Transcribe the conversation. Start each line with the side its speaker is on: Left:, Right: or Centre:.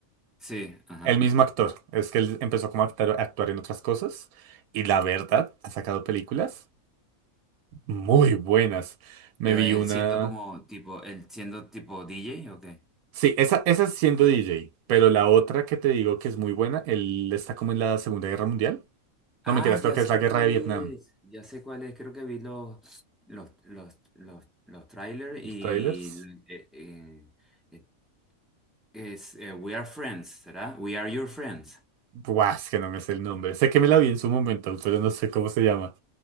Centre: sí, ajá.
Right: El mismo actor. Es que él empezó como a actar- a actuar en otras cosas. Y la verdad, ha sacado películas muy buenas. Me
Centre: Pero
Right: vi
Centre: él
Right: una.
Centre: siendo como tipo, él siendo tipo DJ ¿o qué?
Right: Sí, esa, esa es siendo DJ. Pero la otra que te digo que es muy buena, él está como en la Segunda Guerra Mundial. No
Centre: Ah,
Right: mentiras,
Centre: ya
Right: creo que
Centre: sé
Right: es la Guerra
Centre: cuál
Right: de Vietnam.
Centre: es, ya sé cuál es, creo que vi los, los, los, los, los trailers
Right: Los
Centre: y
Right: trailers.
Centre: eh, eh, eh, es eh, We Are Friends, ¿será? We Are Your Friends.
Right: Buah, es que no me sé el nombre. Sé que me la vi en su momento, pero no sé cómo se llama.